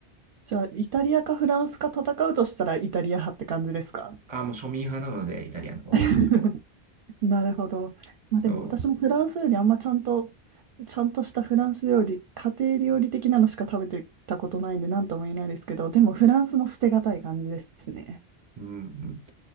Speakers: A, on the right; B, on the right.
A: じゃあ、イタリアかフランスか戦うとしたらイタリア派って感じですか
B: あ、もう庶民派なので、イタリアの方が。
A: <laughs> なるほど。まあでも私もフランス料理あんまちゃんと、
B: そ
A: ちゃんとしたフランス料理、家庭料理的なのしか食べてたことないんで何とも言えないですけど、でもフランスも捨てがたい感じですね。
B: う、うん、うん。